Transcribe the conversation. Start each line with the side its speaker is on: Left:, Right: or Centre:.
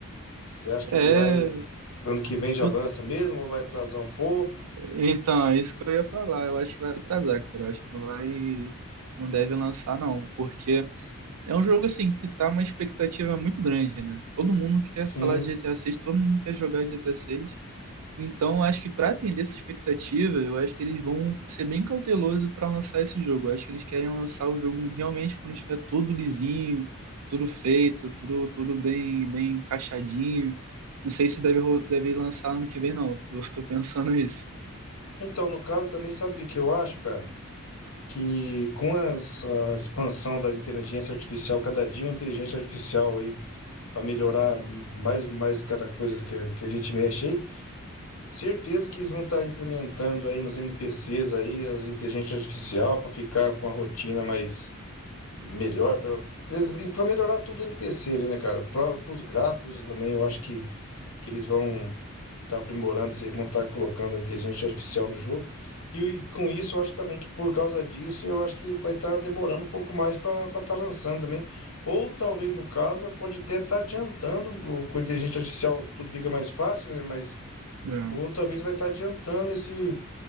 Left: Você acha que
Right: É,
Left: ele vai, ano que vem já
Right: eu-
Left: lança mesmo ou vai atrasar um pouco?
Right: então, é isso que eu ia falar, eu acho que vai atrasar, cara. Eu acho que não vai, não deve lançar não, porque é um jogo assim que tá uma expectativa muito grande, né? Todo mundo quer
Left: Sim.
Right: falar de GTA 6, todo mundo quer jogar GTA 6. Então, acho que para atender essa expectativa, eu acho que eles vão ser bem cautelosos para lançar esse jogo. Eu acho que eles querem lançar o jogo realmente quando estiver tudo lisinho, tudo feito, tudo, tudo bem, bem encaixadinho. Não sei se deve, ro- deve lançar ano que vem, não. Eu estou pensando <laughs> isso.
Left: Então, no caso também, sabe o que que eu acho, cara? Que com essa expansão da inteligência artificial, cada dia uma inteligência artificial aí, para melhorar mais mais cada coisa que, que a gente mexe aí, certeza que eles vão estar implementando aí nos NPCs aí as inteligências artificial para ficar com a rotina mais melhor, para melhorar tudo o NPC ali, né, cara? Para os gráficos também, eu acho que, que eles vão tá aprimorando, se não tá colocando a inteligência artificial no jogo. E, e com isso, eu acho também que por causa disso, eu acho que vai estar demorando um pouco mais para estar lançando também. Ou talvez, no caso, pode até estar adiantando, o- com a inteligência artificial tudo fica mais fácil, né? Mas,
Right: É.
Left: ou talvez vai estar adiantando esse,